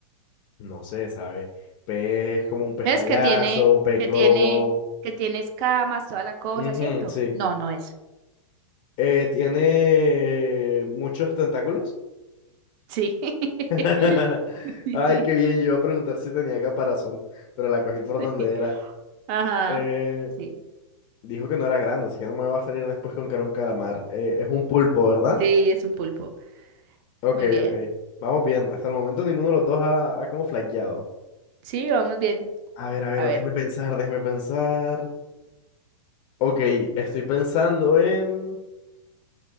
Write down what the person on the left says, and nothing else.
no sé, ¿sabe? Pez es como un pez
payaso,
un pez
globo.
Ujú,
sí.
Eh, ¿tiene muchos tentáculos?
<laughs> Ay, qué bien.
Yo iba a preguntar si tenía caparazón, pero la cogí por
donde era.
Eh,
dijo que no era grande, así que no me va a salir después con que era un calamar. Eh, es un pulpo, ¿verdad?
Ok,
ok. Vamos bien. Hasta el momento ninguno de los dos ha, ha como flaqueado.
A ver, a ver,
déjeme pensar, déjeme pensar. Ok, estoy pensando en